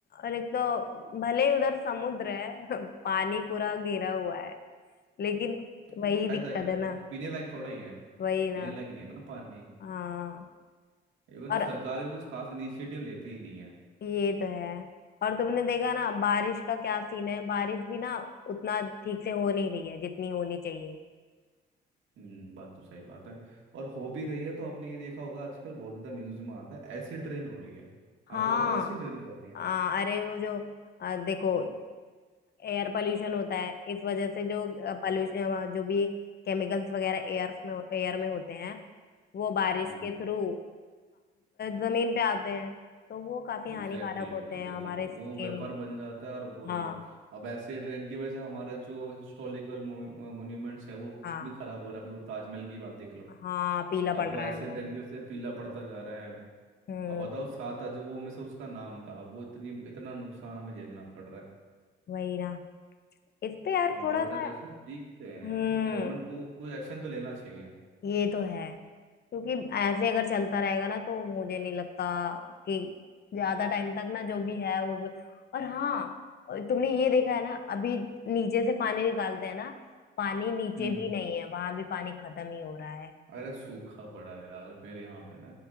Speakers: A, on the left; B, on the right.
A: और एक तो भले ही उधर समुद्र है <laughs> पानी पूरा घेरा हुआ है लेकिन
B: लेकिन
A: वही
B: फायदा
A: दिक्कत
B: क्या
A: है
B: है
A: ना
B: ना पीने लायक थोड़ा ही है
A: वही ना
B: पीने लायक नहीं है ना पानी
A: हाँ
B: इवन
A: और
B: सरकार भी कुछ खास इनिशिएटिव लेती ही नहीं है
A: ये तो है और तुमने देखा ना बारिश का क्या सीन है बारिश भी ना उतना ठीक से हो नहीं रही है जितनी होनी चाहिए
B: हम्म बात तो सही बात है और हो भी रही है तो आपने ये देखा होगा आजकल बहुत ज़्यादा न्यूज़ में आता है एसिड रेन हो रही है आपको
A: हाँ
B: पता है एसिड रेन क्या होती है
A: आ, अरे वो जो आ, देखो एयर पोल्यूशन होता है इस वजह से जो पोल्यूशन जो भी केमिकल्स वगैरह एयर में एयर में होते हैं वो बारिश
B: हम्म
A: के थ्रू जमीन पे आते हैं तो वो काफी
B: Exactly
A: हानिकारक
B: exactly,
A: होते हैं
B: exactly
A: हमारे
B: exactly.
A: स्किन
B: वो व्यापार बन जाता है और वही
A: हाँ
B: अब ऐसे ट्रेन की वजह से हमारा जो हिस्टोरिकल मोन्यूमेंट्स है वो
A: हाँ
B: भी खराब हो रहा है अभी वो ताजमहल की बात देख लो
A: हाँ पीला
B: अब
A: पड़
B: वो
A: रहा
B: ऐसे
A: है वो
B: ट्रेन की वजह से पीला पड़ता जा रहा है
A: हम्म
B: अब बताओ सात अजूबों में से उसका नाम था अब वो इतनी इतना नुकसान हमें झेलना पड़ रहा है
A: वही ना इस पे यार
B: तो
A: थोड़ा
B: वाटर
A: सा
B: का ऐसे पीकते हैं
A: हम्म
B: यार गवर्नमेंट को कोई एक्शन तो लेना चाहिए
A: ये तो है क्योंकि ऐसे अगर चलता रहेगा ना तो मुझे नहीं लगता कि ज्यादा टाइम तक ना जो भी है वो और हाँ तुमने ये देखा है ना अभी नीचे से पानी निकालते हैं ना पानी नीचे
B: हम्म
A: भी नहीं है वहां भी पानी खत्म ही हो रहा है
B: अरे सूखा पड़ा है यार मेरे यहाँ पे ना